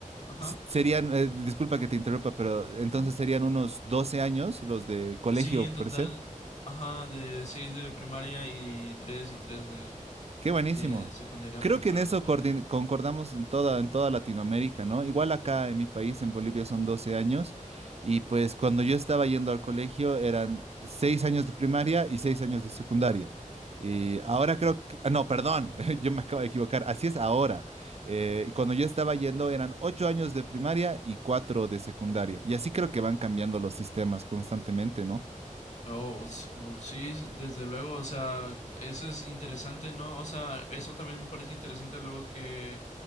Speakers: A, on the left; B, on the right.
A: Ajá.
B: s- serían, eh, disculpa que te interrumpa, pero entonces
A: ajá.
B: serían unos 12 años los de colegio
A: Sí, en
B: per
A: total,
B: se.
A: ajá, de 6 de primaria y tres y 3 de,
B: Qué buenísimo.
A: de secundaria
B: Creo
A: preparatoria.
B: que en eso coordin- concordamos en toda, en toda Latinoamérica, ¿no? Igual acá en mi país, en Bolivia, son 12 años y pues cuando yo estaba yendo al colegio eran 6 años de primaria y 6 años de secundaria. Y ahora creo que, ah, no, perdón, <laughs> yo me acabo de equivocar, así es ahora. Eh, cuando yo estaba yendo eran 8 años de primaria y 4 de secundaria. Y así creo que van cambiando los sistemas constantemente, ¿no?
A: Oh, s- uh, sí, sí, desde luego, o sea, eso es interesante, ¿no? O sea, eso también me parece interesante luego que,